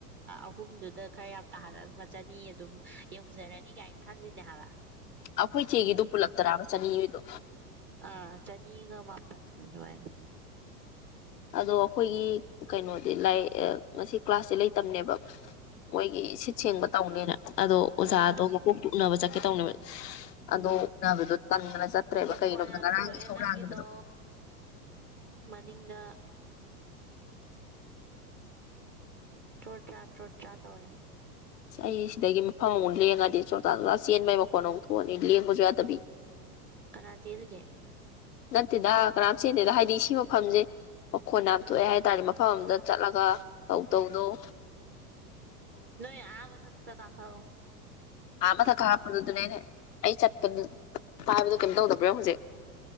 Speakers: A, on the right; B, on the left.
A: ꯑꯍꯨꯝꯗꯨꯗ ꯈꯔ ꯌꯥꯝ ꯇꯥꯍꯜꯂ ꯆꯅꯤ ꯑꯗꯨꯝ ꯌꯧꯖꯔꯅꯤ ꯀꯥꯏꯅ ꯈꯜꯂꯤꯅꯦ ꯍꯥꯟꯂꯛ
B: ꯑꯩꯈꯣꯏ ꯆꯦꯒꯤꯗꯨꯣ ꯄꯨꯜꯂꯞ ꯇꯔꯥꯕ ꯆꯅꯤꯉꯣꯏꯗꯣ
A: ꯑꯥ ꯆꯅꯤꯒ ꯃꯥꯄꯟ ꯑꯗꯨꯃꯥꯏꯅ
B: ꯑꯗꯣ ꯑꯩꯈꯣꯏꯒꯤ ꯀꯩꯅꯣꯗꯤ ꯂꯥꯏ ꯉꯁꯤ ꯀ꯭ꯂꯥꯁꯁꯦ ꯂꯩꯇꯕꯅꯦꯕ ꯃꯣꯏꯒꯤ ꯁꯤ ꯁꯦꯡꯕ ꯇꯧꯅꯦ ꯑꯗꯣ ꯑꯣꯖꯥꯗꯣ
A: ꯑꯥ
B: ꯃꯀꯣꯛꯇꯣ ꯎꯅꯕ ꯆꯠꯀꯦ ꯇꯧꯅꯦꯕ
A: ꯎꯝ
B: ꯑꯗꯣ ꯎꯅꯕꯗꯣ ꯇꯝꯗꯅ ꯆꯠꯇ꯭ꯔꯦꯕ
A: ꯃꯈꯣꯟ
B: ꯀꯩꯒꯤꯅꯣꯕꯗ
A: ꯌꯥꯝ
B: ꯉꯔꯥꯡꯒꯤ
A: ꯊꯣꯛꯑꯦ
B: ꯊꯧꯔꯥꯡꯕꯗꯣ
A: ꯅꯪꯒꯤꯗꯣ ꯅꯤꯡꯗ ꯇ꯭ꯔꯣꯠ ꯇꯔꯥ ꯇ꯭ꯔꯣꯠ ꯆꯔꯥ ꯇꯧꯋꯦ
B: ꯁ ꯑꯩ ꯁꯤꯗꯒꯤ ꯃꯐꯝ ꯑꯃꯨꯛ ꯂꯦꯡꯉꯗꯤ ꯆꯣꯔꯇꯥꯛ ꯂꯥ ꯆꯦꯟꯕꯒꯤ ꯃꯈꯣꯟ ꯑꯃꯨꯛ ꯊꯣꯛꯑꯅꯤ ꯂꯦꯡꯕꯁꯨ ꯌꯥꯗꯕꯤ
A: ꯀꯅꯥꯇ ꯌꯦꯜꯒꯦ
B: ꯅꯠꯇꯦꯗ ꯀꯅꯥꯝ ꯆꯦꯟꯗꯦꯗ ꯍꯥꯏꯗꯤ ꯁꯤ ꯃꯐꯝꯁꯦ ꯃꯈꯣꯟ ꯌꯥꯝ ꯊꯣꯛꯑꯦ ꯍꯥꯏ ꯇꯥꯔꯦ ꯃꯐꯝ ꯑꯗ ꯆꯠꯂꯒ ꯇꯧ ꯇꯧꯗꯧ
A: ꯅꯣꯏ ꯑꯕꯊꯛ ꯇ ꯀꯥꯀꯥ
B: ꯑꯃ ꯊ ꯀ ꯍꯥꯞꯄꯗꯗꯨ ꯅꯅꯦ ꯑꯩ ꯆꯠꯄ ꯄꯥꯕꯗꯣ ꯀꯩꯝꯇ ꯇꯧꯗꯕꯔꯣ ꯍꯧꯖꯤꯛ